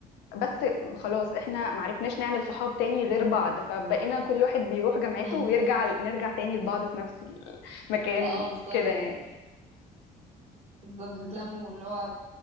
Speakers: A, on the left; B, on the right.
A: بس خلاص احنا ما عرفناش نعمل صحاب تاني غير بعض فبقينا كل واحد بيروح جامعته
B: مم.
A: ويرجع نرجع تاني لبعض في نفس المكان
B: اه بالظبط
A: كده يعني
B: بالظبط بتتلموا اللي هو